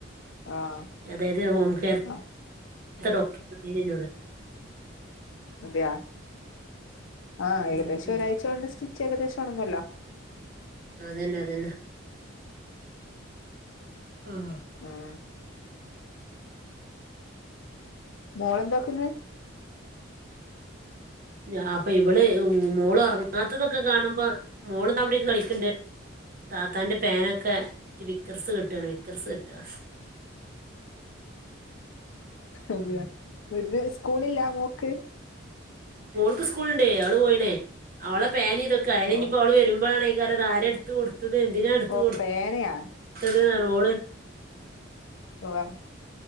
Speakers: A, on the left; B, on the right.
A: ആഹ്
B: അതെ അതെ ഹോം കെയർ
A: ആഹ്
B: ത്തെ ഡോക്ടർ പറഞ്ഞീനിനോട്
A: അതെയാ ആഹ്
B: ഉം
A: ഏകദേശം
B: ഉം ഉം
A: ഒരാഴ്ച്ച കൊണ്ട് സ്റ്റിച്ച് ഏകദേശം ഉണങ്ങല്ലോ
B: അതന്നെ അതന്നെ ആഹ
A: ഉം മോളെന്താക്ക്ന്ന്
B: ഞാൻ ഇപ്പം ഇവള് മ്... മോള് ഉറങ്ങാത്തതൊക്കെ കാണുമ്പോ മോള്താ ഇവിടിര്ന്ന് കളിക്ക്ണ്ട് താത്താന്റെ പേനൊക്കെ വിക്രസ് കാട്ടാണ് വിക്രസ് കാട്ട
A: അതെയാ
B: ഉം
A: ഇന്ന് സ്കൂളില്ല മോക്ക്
B: മോൾക്ക് സ്കൂള്ണ്ട് അവള് പോയിണ് അവളെ പേനിം ഇതൊക്കെ അയിന്
A: ഓ
B: ഇഞിപ്പോ ഓള് വരുമ്പഴാണ് <unintelligible> ഇത് ആരാ എടുത്ത് കൊടുത്തത് എന്തിനാ എടുത്ത്
A: ഓ
B: കൊടു
A: പേനയാ
B: ത്തത് പറയും ഓള്
A: ഉവ്വ്